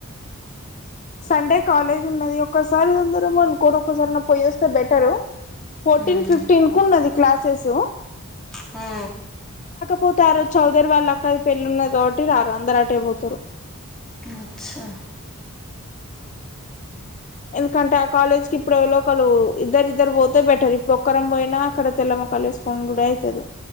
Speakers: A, on the left (about 35°); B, in the centre.
A: సండే కాలేజ్ ఉన్నది ఒక్కసారి అందరము అనుకోని ఒక్కసారి నా పోయేస్తే బెటరు ఫోర్టీన్
B: హ్మ్
A: ఫిఫ్టీన్ కు ఉన్నది క్లాసెస్
B: హా
A: పోతారు చౌదరి వాళ్ళు అక్క పెళ్ళి ఉన్న కాబట్టి రారు అందరు అటే పోతారు
B: అచ్చా
A: ఎందుకంటే ఆ కాలేజ్ లు ఇప్పుడు ఎవలోకలు ఇద్దరి ఇద్దరు పోతే బెటర్ ఇప్పుడు ఒక్కరం పోయినా అక్కడ తెల్లమ కలిస్కం గుడి అయితది